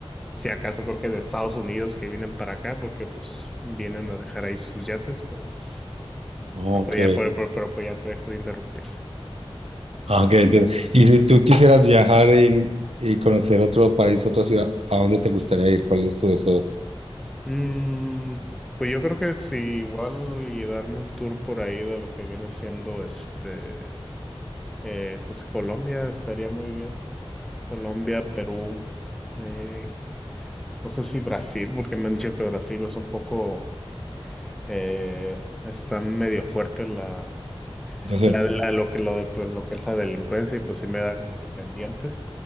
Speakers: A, in the centre; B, on the right (about 90°).
A: si acaso creo que de Estados Unidos que vienen para acá, porque pues vienen a dejar ahí sus yates, pero pues,
B: Ok.
A: pero pues ya, pero, pero- pero, pues, ya te dejo de interrumpir.
B: Ah, Ok, entiendo. Y si tú quisieras viajar en- y conocer otro país, otra ciudad, ¿a dónde te gustaría ir? ¿Cuál es tu deseo?
A: Mm, pues yo creo que sí, igual y darme un tour por ahí de lo que viene siendo este, eh, pues Colombia estaría muy bien. Colombia, Perú, eh, No sé si Brasil, porque me han dicho que Brasil es un poco, eh, está medio fuerte la,
B: Situación.
A: la, la- lo que, lo, de- lo que es la delincuencia y pues sí me da como que pendiente,